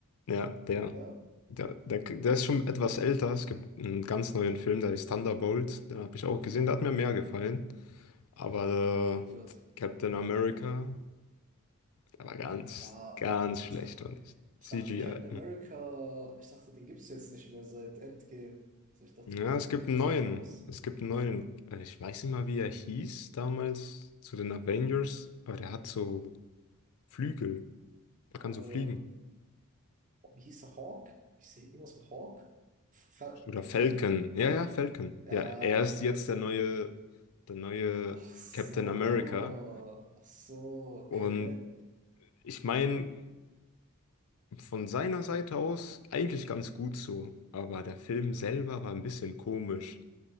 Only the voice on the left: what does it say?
ja, der,
der, der, der ist schon etwas älter. Es gibt einen ganz neuen Film, der ist Thunderbolt. Den habe ich auch gesehen, der hat mir mehr gefallen. Aber
äh,
Captain America, der war ganz,
ganz
schlecht, fand ich.
CGI.
Ja,
es
gibt einen
neuen.
Es gibt einen neuen. äh, Ich weiß nicht mal, wie er hieß damals zu den Avengers, aber der hat so Flügel. Der kann
so fliegen.
Oder
Falcon.
Ja, ja, Falcon.
Ja, er ist
jetzt der neue, der neue
Captain America.
Und ich meine, von seiner Seite aus eigentlich ganz gut so. Aber der Film selber war ein bisschen komisch.